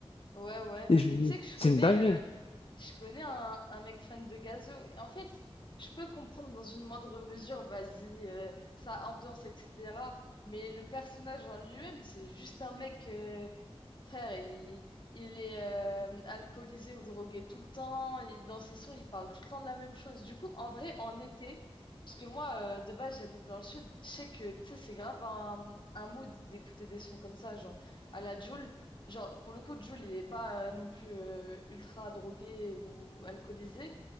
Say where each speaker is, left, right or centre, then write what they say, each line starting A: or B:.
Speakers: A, on the left (about 50°); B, on the left (about 65°).
A: Ouais, ouais.
B: Et je-
A: Mais tu sais que je
B: c'est
A: connais,
B: une dinguerie.
A: euh, je connais un, un mec fan de Gazo. Et en fait, je peux comprendre dans une moindre mesure, vas-y, euh, sa ambiance, etc. Mais le personnage en lui-même, c'est juste un mec, euh, frère, il, il est euh, alcoolisé ou drogué tout le temps. Et dans ses sons, il parle tout le temps de la même chose. Du coup, en vrai, en été, parce que moi, euh, de base, j'habite dans le sud, je sais que, tu sais, c'est grave un, un mood d'écouter des sons comme ça, genre à la Jul. Genre, pour le coup, Jules, il est pas euh, non plus euh, ultra drogué ou alcoolisé,